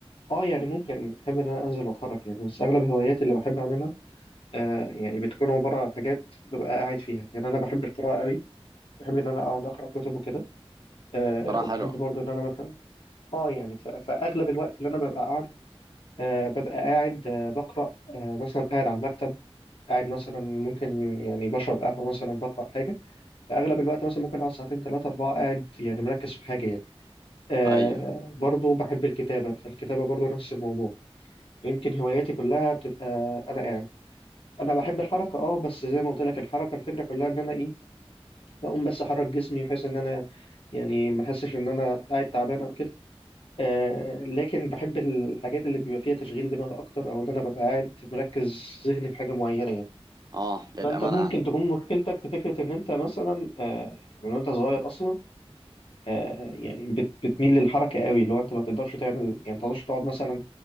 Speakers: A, on the left (about 60°); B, on the right (about 40°).
A: اه يعني ممكن احب ان انا انزل واتحرك يعني بس اغلب هواياتي اللي بحب اعملها آه يعني بتكون عباره عن حاجات ببقى قاعد فيها يعني انا بحب القراءه قوي بحب ان انا اقعد اقرا كتب وكده آه
B: بصراحة
A: وبحب
B: حلوة
A: برضو ان انا مثلا اه يعني ف- فاغلب الوقت اللي انا ببقى قاعد آه ببقى قاعد آه بقرا آه مثلا قاعد على المكتب قاعد مثلا ممكن يعني بشرب قهوه مثلا بقرا حاجه فاغلب الوقت مثلا ممكن اقعد ساعتين ثلاثه اربعه قاعد يعني مركز في حاجه يعني آه
B: ايوه
A: برضو بحب الكتابه فالكتابه برضو نفس الموضوع يمكن هواياتي كلها بتبقى انا قاعد انا بحب الحركه اه بس زي ما قلت لك الحركه الفكره كلها ان انا ايه بقوم بس احرك جسمي بحيث ان انا يعني ما احسش ان انا قاعد تعبان او كده آه لكن بحب الحاجات اللي بيبقى فيها تشغيل دماغ اكتر او ان انا ببقى قاعد مركز ذهني في حاجه معينه يعني
B: اه للأمانة
A: فانت ممكن
B: يعني
A: تكون مشكلتك في فكره ان انت مثلا آه يعني من وانت صغير اصلا آه، يعني بت- بتميل للحركة قوي اللي هو انت ما تقدرش تعمل يعني ما تقدرش تقعد مثلا